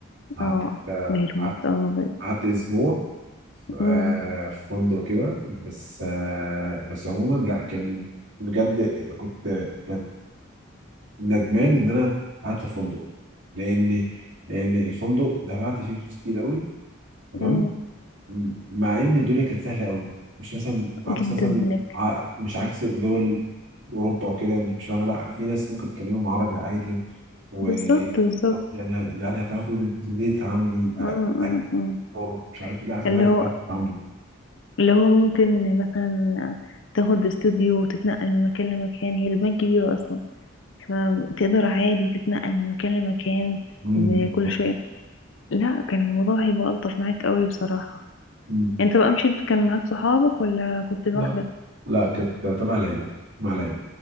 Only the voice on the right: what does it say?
قعدت
آه،
قعدت
قعدت اسبوع في
آه، في فندق كده بس آه، بس عموما لا كان بجد كنت كانت ندمان ان انا قعدت في فندق لان لان الفندق دفعت فيه فلوس كتير قوي تمام
م- مع ان الدنيا كانت سهله قوي مش مثلا عكس
مثلا
ع- مش عكس دول اوروبا وكده انك مش فاهمه لا في ناس ممكن تتكلمهم عربي عادي و
يعني يعني هتعرفي تبتدي تتعاملي
اكثر
مش عارف ايه لا هتبداي
تعرفي
تتعاملي
مم،
بالظبط
مم.
لا لا كانت تبع ليلى مع ليلى